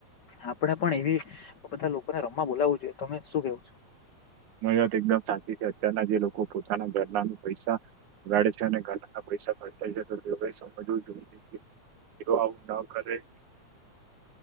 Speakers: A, on the left (about 85°); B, on the right (about 85°).
A: આપડે પણ એવી બધા લોકોને રમવા બોલાવવું જોઈએ તમે શું કેવ છો?
B: તમારી વાત એકદમ સાચી છે, અત્યારના જે લોકો પોતાના ઘરનાનુ પૈસા ગાડે છે, અને <unintelligible> પૈસા ખર્ચાય છે, તો તેઓએ સમજવું જોઈએ તેઓ આવું ન કરે